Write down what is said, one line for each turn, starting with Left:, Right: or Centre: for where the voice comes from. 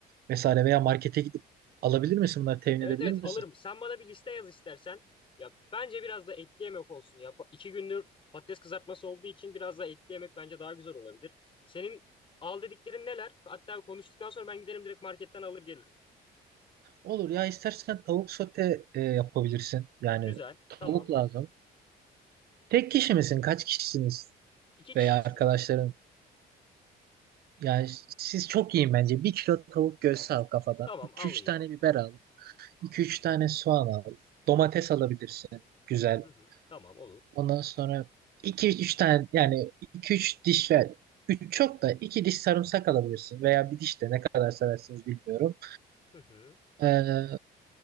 Right: vesaire veya markete gidip alabilir misin bunları temin
Left: Evet
Right: edebilir
Left: evet
Right: misin?
Left: alırım. Sen bana bir liste yaz istersen. Ya bence biraz da etli yemek olsun. Ya ba- iki gündür patates kızartması olduğu için biraz da etli yemek bence daha güzel olabilir. Senin al dediklerin neler? Hatta konuştuktan sonra ben giderim direkt marketten alır gelirim.
Right: Olur ya istersen tavuk sote e, yapabilirsin. Yani
Left: Güzel.
Right: tavuk
Left: Tamam.
Right: lazım. Tek kişi misin? Kaç kişisiniz?
Left: İki kişiyiz
Right: Veya arkadaşların?
Left: şu an.
Right: Yani siz çok yiyin bence. Bir kilo tavuk göğsü al kafadan.
Left: Tamam
Right: 2
Left: alayım.
Right: üç tane biber al. 2 üç tane soğan al. Domates alabilirsin. Güzel.
Left: Hı hı. Tamam olur.
Right: Ondan sonra iki üç tane yani iki üç diş ve 3 çok da 2 diş sarımsak alabilirsin veya bir diş de ne kadar seversiniz bilmiyorum.
Left: Hı hı.
Right: Ee,